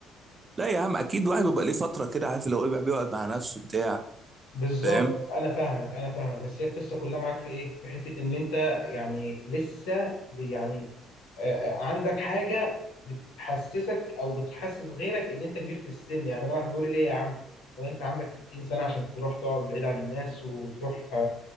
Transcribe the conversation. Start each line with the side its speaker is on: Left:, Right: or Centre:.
Right: لا يا عم اكيد واحد بيبقى ليه فتره كده عارف لو ايه بيقعد مع نفسه بتاع
Left: بالظبط
Right: فاهم
Left: انا فاهمك انا فاهمك بس هي القصه كلها معاك في ايه في حته ان انت يعني لسه بي- يعني آه، عندك حاجه بتحسسك او بتحسس غيرك ان انت كبير في السن يعني انا واحد بيقول لي ليه يا عم هو انت عندك 60 سنه عشان تروح تقعد بعيد عن الناس وتروح